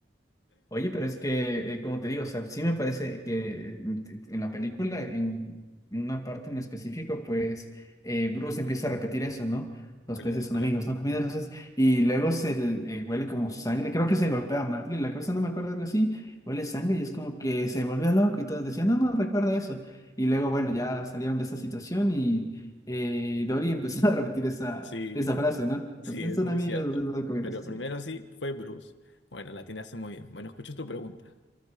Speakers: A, on the left; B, on the left.
A: Oye, pero es que, eh, como te digo, o sea, sí me parece que en en la película, en una parte en específico, pues eh, Bruce empieza a repetir eso, ¿no? Los
B: Claro,
A: peces son
B: claro.
A: amigos, ¿no? Comida, entonces, y luego se le- eh, huele como sangre, creo que se golpea a Marley, la cabeza no me acuerdo, algo así, huele sangre y es como que se volvió loco y todos decían, no, no, recuerda eso. Y luego, bueno, ya salieron de esta situación y eh, Dory empezó <laughs> a repetir esa,
B: Sí.
A: esa frase, ¿no?
B: Sí,
A: Los peces
B: es
A: son
B: muy
A: amigos,
B: cierto.
A: los peces son comidos,
B: Pero primero sí, fue Bruce. Bueno, la hace muy bien. Bueno, escucho tu pregunta.